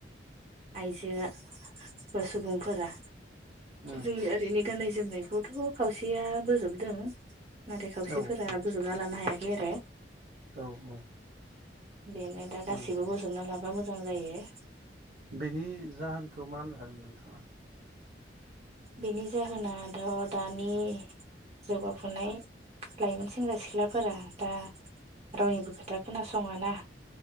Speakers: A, on the right; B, on the right.
A: आइजोआ बा सुबुंफोरा
B: उम
A: जों ओरैनो गाननाय जोमनायखौथ' खावसेया बोजोबदों। नाथाय खावसेफोरा
B: औ औ
A: बोजबना लानो हायाखै आरो।
B: औ औ।
A: बेनो दा गासैबो
B: नंगौ
A: बोजबना लाबा मोजां जायो।
B: बेनि जाहोनखौ मा होननो हागोन नोंथाङा।
A: बेनि जाहोनाथ दानि जौगाफुनाय लाइमोन सेंग्रा सिख्लाफोरा दा रावनिबो खोथा खोनासङा ना।